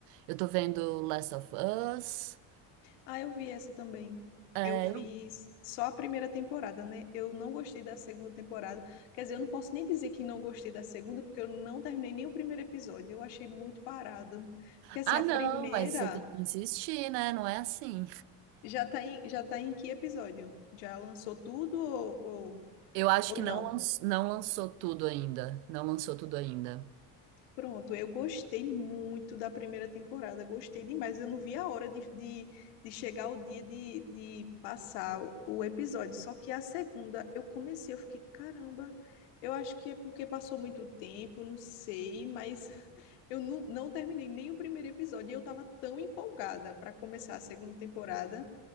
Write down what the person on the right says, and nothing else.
Eu tô vendo Last of Us...
é,
eu-
Ah,
não,
mas você tem que insistir, né? Não é assim.
Eu acho
que
não, lanç- não lançou tudo ainda. Não lançou tudo ainda.